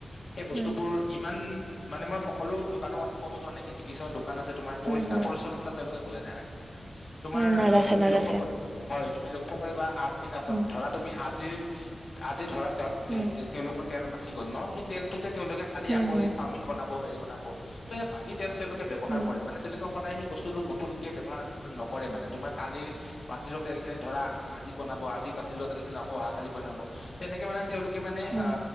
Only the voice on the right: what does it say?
উম,
হুম,
হুম,
উম, নাৰাখে,
নাৰাখে।
উম,
উম,
হুম,
হুম,
উম,
উম,